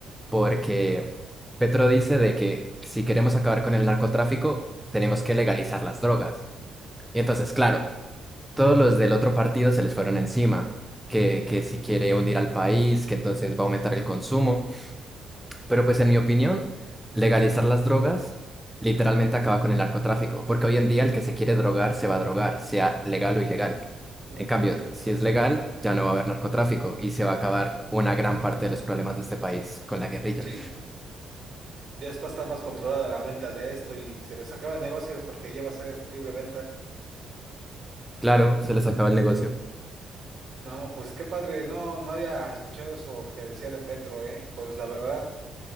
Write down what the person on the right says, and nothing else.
Cierto,
cierto.
Sí, ya es para estar más controlada la venta de esto y se les acaba el negocio porque ya va a ser libre venta.
No, pues qué padre, no, no había escuchado eso que decía de Petro, ¿eh? Pues la verdad,